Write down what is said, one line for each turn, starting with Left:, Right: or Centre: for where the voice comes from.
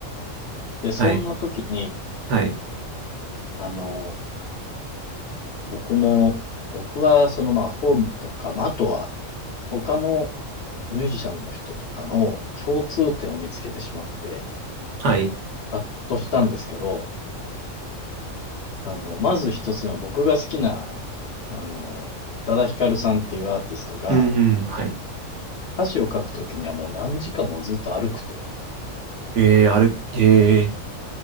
Left: て、そんな時に、
Right: はい。はい。
Left: あの、僕も、僕はそのまあ本とか、まあ、あとは他のミュージシャンの人とかの共通点を見つけてしまって、
Right: はい。
Left: ハッとしたんですけど、あの、まず一つ目は僕が好きな、あの、宇多田ヒカルさんっていうアーティストが、
Right: うん、うん。はい。
Left: 歌詞を書くときにはもう何時間もずっと歩くと。
Right: えー、ある、えー。